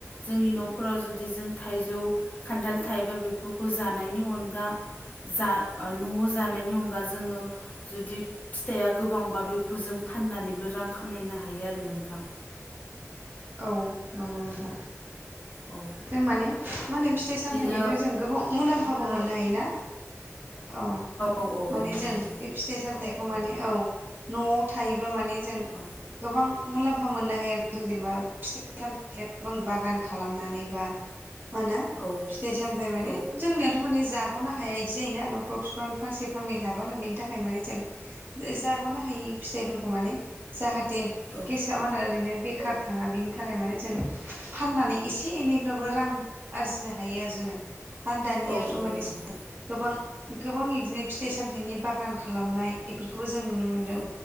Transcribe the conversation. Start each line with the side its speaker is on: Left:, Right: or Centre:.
Left: जोंनि न'फोराव जुदि जों थाइजौ खान्थाल थायोबा बेफोरखौ जानायनि अनगा जा ओ न'आव जानायनि अनगा जोङो जुदि फिथाइआ गोबांबा बेखौ जों फाननानैबो रां खामायनो हायो आरो नोंथां
Right: औ नंगौ नोंथा
Left: औ
Right: जों माने मा होनो फिथाइ
Left: बिदिनो
Right: सामथायाइनिफ्राय जों गोबां मुलाम्फाबो मोननो हायोना औ
Left: औ
Right: माने
Left: औ नंगौ
Right: जों बे फिथाइ सामथायाइखौ माने औ न'आव थायोब्ला माने जों
Left: औ
Right: गोबां मुलाम्फा मोननो हायो आरो जों जेनेबा फिथाइ सामथायनि बागान खालामनानै बा मा होनो
Left: औ
Right: फिथाइ सामथाइ माने
Left: औ
Right: जोंनियाथ' माने जाग ग'नो हाया इदि जायोना न'फ्राव बिफां फांसे फांनै थाबानो बेनि थाखाय माने जों ओ जाग'नो हायि फिथाइफोरखौ माने जाहाथे
Left: औ
Right: गेसवआनो ओरैनो बेखार थाङा बिनि थाखाय माने जों फाननानै एसे एनैब्लाबो रां आरजिनो हायो आरो जोङो आरो दानियाथ'
Left: औ औ
Right: माने
Left: नंगौ
Right: गोबां गोबां इदिनो फिथाइ सामथाइनि बागान खालामनाय इफोरखौबो जों नुनो मोनदों
Left: औ